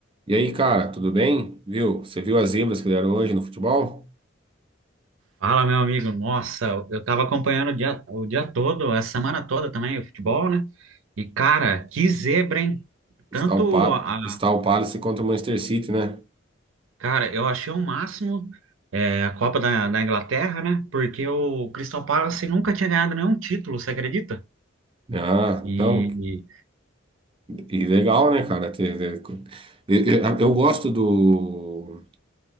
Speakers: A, on the right (about 25°); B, on the right (about 85°).
A: E aí, cara, tudo bem? Viu? Você viu as zebras que deram hoje no futebol?
B: Fala, meu amigo. Nossa, eu tava acompanhando o dia, o dia todo, a semana toda também, o futebol, né? E, cara, que zebra, hein?
A: Crystal
B: Tanto
A: Pa-
B: a.
A: Crystal Palace contra o Manchester City, né?
B: Cara, eu achei o máximo é, a Copa da, da Inglaterra, né? Porque o Crystal Palace nunca tinha ganhado nenhum título, você acredita?
A: Ah,
B: E.
A: então, e legal, né, cara? Ter- ter- Eu, eu- eu gosto do,